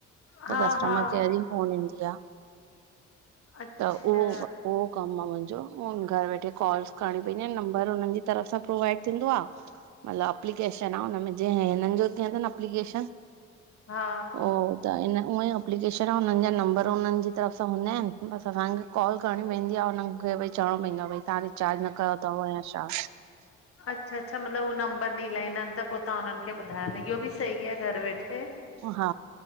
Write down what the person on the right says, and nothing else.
त कस्टमर
केयर जी फ़ोन ईंदी आ।
त उहो उहो कमु आ मुंहिंजो, घर वेठे कॉल्स करणी पइंदी आ, नंबर उनन जी तरफ़ सां प्रोवाइड थींदो आ। मतलबु अप्लीकेशन आ हुनमें जेहे हिननि जो थिये थो न अप्लीकेशन
ओ त इन उअंई अप्लिकेशन आ हुननि जा नम्बर उननि जी तरफ़ सां हूंदा आइनि बसि असांखे कॉल करिणी पइंदी आ हुन्हनि खे भई चवणो पइंदो आ भई तव्हां रिचार्ज न कयो तव या छा।
हा